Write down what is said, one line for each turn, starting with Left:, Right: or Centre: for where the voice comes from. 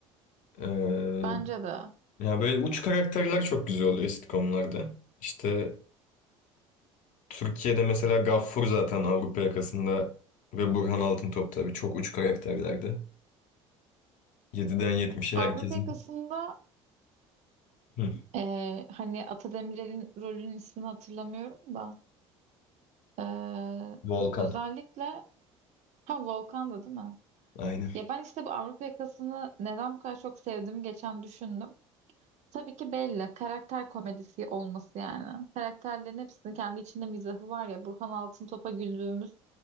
Left: Ee,
Right: Bence de.
Left: ya böyle uç karakterler çok güzel oluyor sitcomlarda. İşte Türkiye'de mesela Gaffur zaten Avrupa yakasında ve Burhan Altıntop tabii çok uç karakterlerdi. Yediden yetmişe
Right: Avrupa
Left: herkesin.
Right: Yakası'nda
Left: Hı,
Right: ee, hani Atademir'in rolünün ismini hatırlamıyorum da ee,
Left: Volkan.
Right: özellikle ha Volkan'dı değil mi?
Left: Aynen.
Right: Ya ben işte bu Avrupa Yakası'nı neden bu kadar çok sevdiğimi geçen düşündüm. Tabii ki belli. Karakter komedisi olması yani. Karakterlerin hepsinin kendi içinde mizahı var ya. Burhan Altıntop'a güldüğümüz